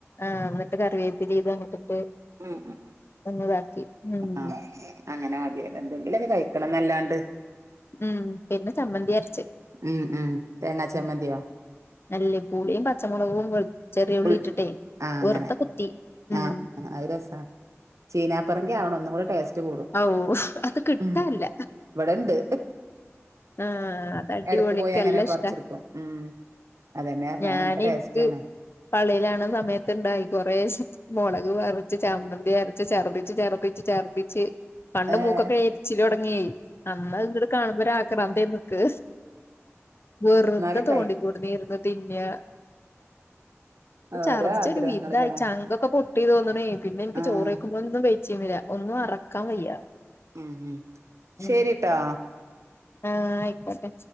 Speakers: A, on the left; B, on the right.
A: ആഹ് എന്നിട്ട് കറിവേപ്പ് ചെയ്ത് അങ്ങട്ടിട്ടു
B: ഉം ഉം
A: <unintelligible> ഉം
B: ആ അങ്ങനെ മതിയല്ലോ എന്തെങ്കിലൊക്കെ കഴിക്കണന്നല്ലാ ണ്ട്
A: ഉം പിന്നെ ചമ്മന്തി അര ച്ച്
B: ഉം ഉം തേങ്ങാ ചമ്മന്തിയോ
A: ഉം നല്ല പുളിയും പച്ചമുളകും വെ ചെറിയ ഉള്ളി
B: ഉൾ
A: ഇട്ടിട്ടെ
B: ആഹ് അങ്ങനെ
A: വെറുതെ കുത്തി ഉം
B: ആഹ് ആ അത് രസാ ചീനാപ്പറങ്കി ആവണം ഒന്നും കൂടെ ടേസ്റ്റ് കൂടും
A: ഔ അത് കിട്ടാല്ല
B: ഉം ഇവടെണ്ട്.
A: ആഹ് അതടിപൊളിക്കെല്ലാ
B: എടക്ക് പോയി അങ്ങനെ
A: ഇഷ്ടാ
B: പറിച്ചെടുക്കും ഉം അതന്നെ പറഞ്ഞെ
A: ഞാൻ
B: നല്ല ടേസ്റ്റ്
A: എനിക്ക്
B: ആണ്
A: പള്ളിയിലാണ് സമയത്ത്ണ്ടായി കൊറെ മുളക് അരച്ച് ചമ്മന്തി അരച്ച് ചെറപ്പിച്ച് ചെറപ്പിച്ച് ചെറപ്പിച്ച് പണ്ട്
B: ഏഹ്
A: മൂക്കൊക്കെ എരിച്ചില് തുടങ്ങെയി അമ്മ ഇങ്ങ്ട് കാണുമ്പോ ഒരു ആക്രാന്തേരുന്നുമക്ക് വെറുതെ
B: എന്നാലും
A: തോണ്ടിക്കൊണ്ട്ന്നേർന്ന്
B: കഴിക്കും
A: തിന്നാ
B: ഓരോ
A: ചർദ്ദിച്ച്
B: ആഗ്രഹങ്ങളില്ലേ
A: ഒരു വിധായി ചങ്കൊക്കെ പൊ ട്ടി തോന്ന് ണേ പിന്നെ എൻക്ക്
B: ആഹ്
A: ചോറ് കഴിക്കുമ്പോഴൊന്നും വെയ് ച്ചിമര ഒന്നും അറക്കാൻ വയ്യ
B: ഉം ശരി
A: ഉം
B: ട്ടാ
A: ആഹ് ആയിക്കോട്ടെ